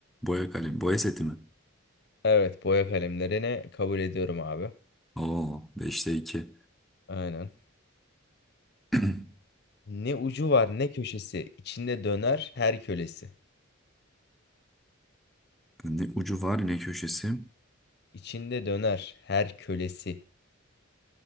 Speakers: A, in the centre; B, on the left.
A: Boya kalemi. Boya seti mi?
B: Evet boya kalemlerini kabul ediyorum abi.
A: Oo beşte 2.
B: Aynen.
A: <clears throat>
B: Ne ucu var ne köşesi. İçinde döner her kölesi.
A: Ne ucu var ne köşesi.
B: İçinde döner her kölesi.